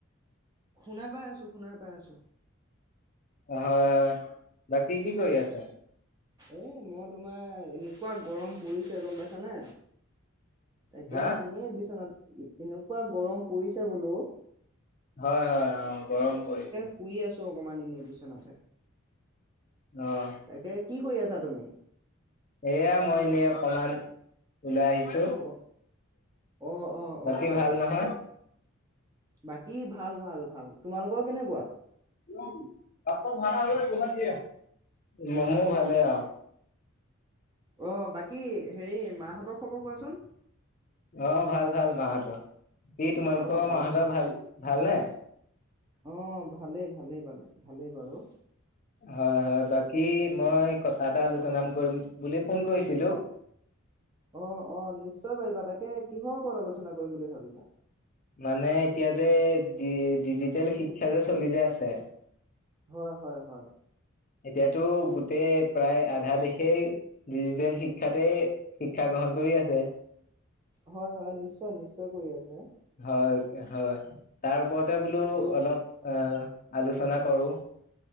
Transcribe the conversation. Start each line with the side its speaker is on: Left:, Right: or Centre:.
Right: শুনা পাই আছো, শুনা‌ পাই আছো।
Left: হয় হয়। বাকী কি কৰি আছা?
Right: ও' মই তোমাৰ এনেকুৱা গৰম পৰিছে গম পাইছানে! তাকে
Left: হা
Right: এনেই বিচনাত এনেকুৱা গৰম পৰিছে বুলু
Left: হয় হয়, অ' গৰম পৰিছে।
Right: শুই আছো অকমান নিয়া বিচনাতে
Left: অঁ।
Right: তাকে কি কৰি আছা তুমি?
Left: এয়া মই নেই অকমান ওলাই আহিছো।
Right: অ অ অ
Left: বাকী
Right: অ
Left: ভাল
Right: অ
Left: নহয়?
Right: বাকী <unintelligible> ভাল, ভাল, ভাল, তোমালোকৰ কেনেকোৱা?
Left: উ কাপত ভাড়া হয় গোহ দিয়া <unintelligible> মোৰ ভালে আৰু।
Right: অঁ, বাকী হেৰি মাহঁতৰ খবৰ কোৱাচোন!
Left: অ ভাল ভাল মাহতৰ। কি, তোমালোকৰ
Right: অ',
Left: মাহতৰ
Right: অ',
Left: ভাল নে?
Right: অ'ভালেই ভালেই বাৰু।
Left: হয়, হয়, বাকী মই কথা এটা আলোচনা
Right: অ'।
Left: কৰিম বুলি। ফোন কৰিছিলো।
Right: অ', অ', নিশ্চয় পাৰিবা, তাকে কিহৰ ওপৰত আলোচনা কৰিম বুলি ভাবিছা।
Left: মানে এতিয়া যে ডি ডিজিটেল শিক্ষা যে চলি যে আছে।
Right: হয়, হয়, হয়।
Left: এতিয়াতো গোটেই প্ৰায় আধা দেশেই ডিজিটেল শিক শিক্ষাতে শিক্ষা গ্ৰহণ কৰি আছে। যে
Right: হয় হয়, নিশ্চয়, নিশ্চয় কৰি আছে।
Left: হয়, হয়, তাৰ ওপৰতে বোলো
Right: হয়।
Left: অলপ অ' আলোচনা কৰো।